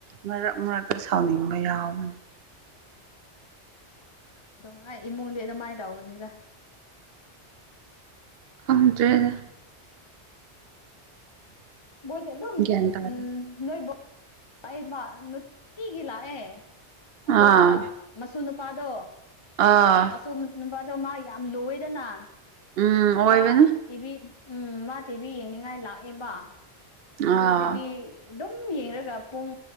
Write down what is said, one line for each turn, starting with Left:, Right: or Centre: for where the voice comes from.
Right: ꯃꯔꯛ ꯃꯔꯛꯇ ꯁꯥꯎꯅꯤꯡꯕ ꯌꯥꯎꯕꯅꯦ
Left: ꯑꯗꯨꯝ ꯍꯥꯥꯏ ꯏꯃꯨꯡꯗꯤ ꯑꯗꯨꯃꯥꯏꯅ ꯇꯧꯕꯅꯤꯗ
Right: ꯈꯪꯗ꯭ꯔꯦꯗ
Left: ꯃꯣꯏꯗꯤ ꯑꯗꯨꯝ
Right: ꯒ꯭ꯌꯥꯟ ꯇꯥꯗꯦ
Left: ꯎꯝ ꯅꯣꯏꯕꯣꯛ‌ ꯂꯥꯛꯏꯕ ꯅꯨꯡꯇꯤꯒꯤ ꯂꯥꯛꯑꯦ ꯑꯗꯨꯒ
Right: ꯑꯥ
Left: ꯃꯁꯨ ꯅꯨꯄꯥꯗꯣ
Right: ꯑꯥ
Left: ꯃꯁꯨ ꯅꯨ ꯅꯨꯄꯥꯗꯣ ꯃꯥ ꯌꯥꯝ ꯂꯨꯌꯦꯗꯅ
Right: ꯎꯝ ꯑꯣꯏꯕꯅꯤ
Left: ꯃꯥ ꯇꯤꯚꯤ ꯎꯝ ꯃꯥ ꯇꯤꯚꯤ ꯌꯦꯡꯅꯤꯡꯉꯥꯏ ꯂꯥꯛꯑꯦꯕ
Right: ꯑꯥ
Left: ꯑꯗꯣ ꯇꯤꯚꯤ ꯑꯗꯨꯝ ꯌꯦꯡꯔꯒ ꯄꯨꯡ